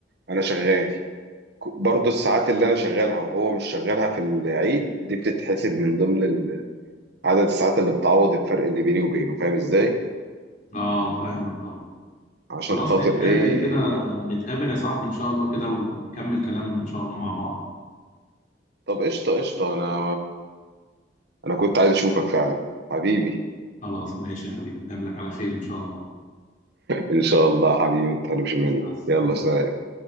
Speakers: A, on the right; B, on the left.
A: انا شغال ك- برضه الساعات اللي انا شغالها وهو مش شغالها في العيد دي بتتحسب من ضمن ال- عدد الساعات اللي بتعوض الفرق اللي بيني وبينه فاهم ازاي
B: اه فاهمك طبعا
A: عشان
B: خلاص
A: خاطر
B: نتقابل
A: ايه
B: كده نتقابل يا صاحبي ان شاء الله كده ونكمل كلامنا ان شاء الله مع بعض
A: طب قشطه قشطه انا انا كنت عايز اشوفك فعلا حبيبي
B: خلاص ماشي يا حبيبي نقابلك على خير ان شاء الله
A: ان شاء الله حبيبي ما تحرمش مني
B: مع السلامه
A: يلا سلام